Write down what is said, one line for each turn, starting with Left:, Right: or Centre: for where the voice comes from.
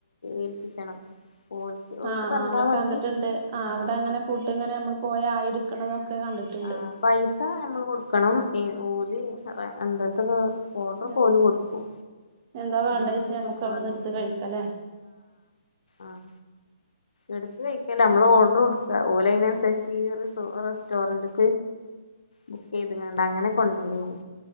Left: ഏൽപ്പിച്ചണം. ഓൽക്ക് ഓലോട്
Right: ആഹ്
Left: പറഞ്ഞാ
Right: ആഹ്
Left: മതി
Right: കണ്ടിട്ടുണ്ട് ആ അവിടെ
Left: ആഹ്
Right: അങ്ങനെ ഫുഡ് ഇങ്ങനെ നമ്മൾ പോയ ആയിടുക്കണതൊക്കെ കണ്ടിട്ടുണ്ട്
Left: ആഹ് പൈസ നമ്മള് കൊടുക്കണം ഓല് എന്തെന്തൊക്കെ ഓഡർക്കെ
Right: എന്താ
Left: ഓല് കൊടുക്കും.
Right: എന്താ വേണ്ട
Left: നമ്മള്
Right: വച്ചാ
Left: പൈസ
Right: ഞമ്മക്ക്
Left: കൊടുക്കണംന്നോള്ളു
Right: അവിടന്ന്ട്‌ത്ത് കഴിക്കല്ലേ?
Left: ആഹ എടുത്ത് കഴിക്കല നമ്മള് ഓർഡർ ഓലൈനനുസരിച്ച് സ്റ്റോറന്റ് ബുക്ക് ചെയ്ത്ങ്ങാണ്ട് അങ്ങനെ കൊണ്ടർലെനി.